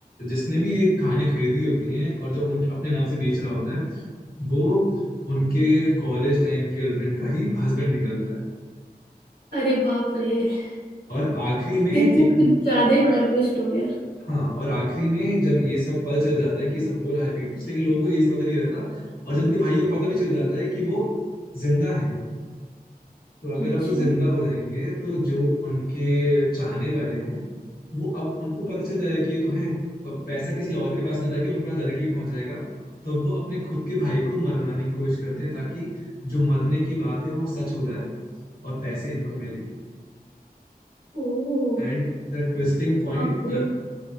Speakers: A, on the left (about 65°); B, on the right (about 80°).
A: जिसने भी ये कहानियां खरीदी होती हैं और जो उनके अपने नाम से बेच रहा होता है वो उनके कॉलेज टाइम की गर्लफ्रेंड का ही हस्बैंड निकलता है
B: अरे बाप रे <laughs>
A: और आखिरी में
B: ये तो
A: एक
B: कुछ ज्यादा ही बड़ा ट्विस्ट हो गया
A: हाँ और आखिरी में जब ये सब पता चल जाता है कि ये सब हो रहा है पीठ पीछे लेकिन लोगों को ये सब पता नहीं रहता और जब उनके भाइयों को पता भी चल जाता है कि वो जिंदा हैं तो अगर
B: अच्छा
A: अब वो जिंदा हो जाएंगे तो जो उनके चाहने वाले हैं वो अब उनको पता चल जाएगा कि ये तो हैं तो अब पैसा किसी और के पास ना जाके उनके पास डायरेक्टली पहुंच जाएगा तब वो अपने खुद के भाई को मरवाने की कोशिश करते हैं ताकि जो मरने की बात है वो सच हो जाए और पैसे इनको मिले
B: ओ
A: And the twisting point
B: बाप रे